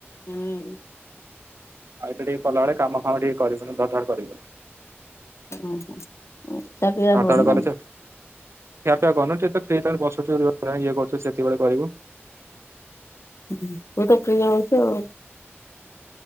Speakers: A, on the left (about 75°); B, on the right (about 70°).
A: ହୁଁ।
B: ଆଉ ଟିକେ ତମଆଡେ କାମ ଫାମ ଟିକେ କରୁଚିନା ଧଡ ଧାଡେ କରିବନି।
A: ଓହୋ। ଖିଆ ପିଆ
B: ଆଧାର
A: ହବନି ନା
B: କାଟୁଚ। ଖିଆପିଆ କନେ ଟିକିଏ ବସୁଚ ଇଏ କରୁଚ ସେତିବେଳେ କହିବ।
A: ଇଏତ ଫ୍ରି ଵର୍ଶ ଆଉ।